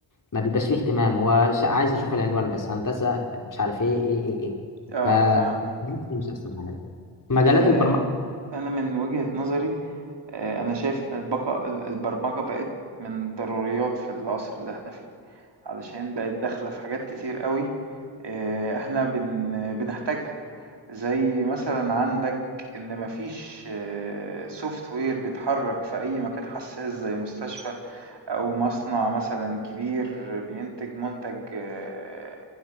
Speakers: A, on the left; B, on the right.
A: ما بيبقاش فيه اهتمام هو ش- عايز يشوف العنوان بس هندسة مش عارف ايه ايه ايه ايه
B: اه
A: ف
B: فهمتك
A: مش أحسن حاجة مجالات
B: آه
A: البرمجة
B: انا من وجهة نظري آه انا شايف ان البقاء البرمجة بقت من ضروريات في العصر اللي احنا فيه علشان بقت داخلة في حاجات كتير قوي آه، احنا بن بنحتاجها زي مثلا عندك ان مفيش سوفت وير بيتحرك في اي مكان حساس زي مستشفى أو مصنع مثلا كبير بينتج منتج آه،